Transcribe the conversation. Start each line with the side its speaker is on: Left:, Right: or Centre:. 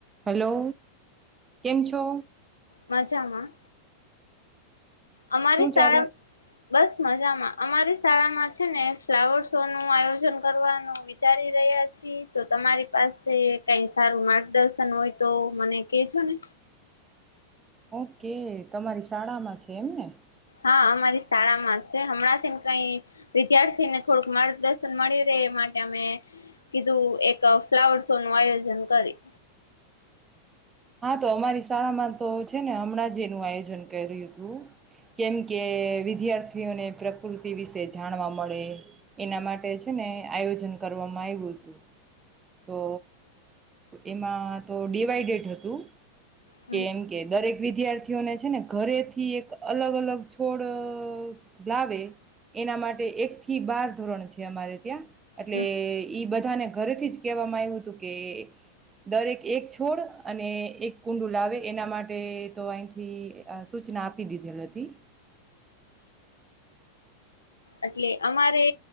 Right: Hello. કેમ છો.
Left: મજામાં. અમારે
Right: શું
Left: સળા
Right: ચાલે?
Left: બસ મજામાં અમારી શાળામાં છે, ને ફ્લાવર શો નું આયોજન કરવાનું વિચારી રહ્યા છી તો તમારી પાસે કઈ સારું માર્ગદર્શન હોય તો મને કેજો ને
Right: ઓકે. તમારી શાળામાં છે, એમને.
Left: હા અમારી શાળામાં છે, હમણાં થીને કઈ વિદ્યાર્થી ને થોડુંક માર્ગદર્શન મળી રહે એ માટે અમે કીધું એક ફ્લાવર શો નું આયોજન કરી.
Right: હા તો અમારી શાળામાં તો છે, ને હમણાં જ એનું આયોજન કર્યું હતું કેમ કે વિદ્યાર્થીઓને પ્રકૃતિ વિશે જાણવા મળે એના માટે છે, ને આયોજન કરવામાં આવ્યું હતું તો એમાં તો ડિવાઈડેડ હતું. <inaudible> કે
Left: હમ
Right: એમ કે દરેક. વિદ્યાર્થીઓને છે ને ઘરે થી એક અલગ અલગ છોડ લાવે એના માટે એક થી બાર ધોરણ છે, અમારે ત્યાં એટલે
Left: હમ
Right: ઈ બધાને ઘરેથી જ કહેવામાં આવ્યું હતું કે દરેક એક છોડ. અને એક કુંડું લાવે એના માટે તો અહીંથી સૂચના આપી દીધેલ હતી.
Left: એટલે અમારે